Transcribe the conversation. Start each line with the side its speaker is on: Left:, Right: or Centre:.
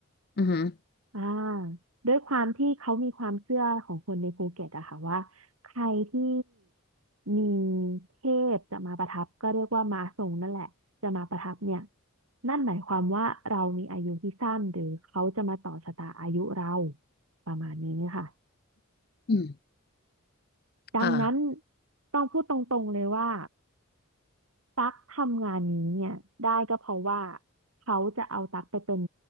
Left: อือหือ
Right: อ่าด้วยความที่เขามีความเชื่อของคนในภูเก็ตอะค่ะว่าใครที่มีเทพจะมาประทับก็เรียกว่ามาทรงนั่นแหละจะมาประทับเนี่ยนั่นหมายความว่าเรามีอายุที่สั้นหรือเขาจะมาต่อชะตาอายุเราประมาณนี้ค่ะ
Left: อืม
Right: ดังนั้น
Left: ค่ะ
Right: ต้องพูดตรงๆเลยว่าตั๊กทำงานนี้เนี่ยได้ก็เพราะว่าเขาจะเอาตั๊กไปเป็น